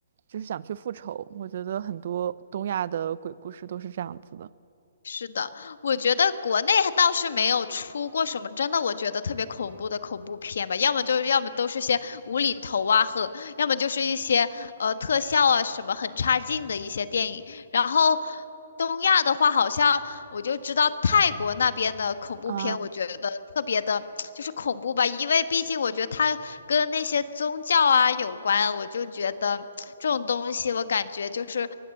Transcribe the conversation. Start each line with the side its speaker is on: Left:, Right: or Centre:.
Right: 就是想去复仇。我觉得很多东亚的鬼故事都是这样子的
Left: 是的，我觉得国内倒是没有出过什么真的我觉得特别恐怖的恐怖片吧，要么就是要么都是些无厘头啊，和要么就是一些呃特效啊什么很差劲的一些电影。然后东亚的话，好像我就知道泰国那边的恐怖片，
Right: 啊。
Left: 我觉得特别的就是恐怖吧，因为毕竟我觉得它跟那些宗教啊有关，我就觉得这种东西我感觉就是。